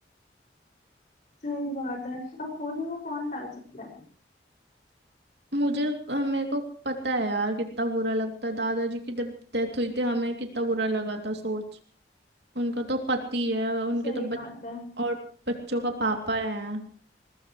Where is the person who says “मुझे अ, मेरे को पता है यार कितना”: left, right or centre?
Right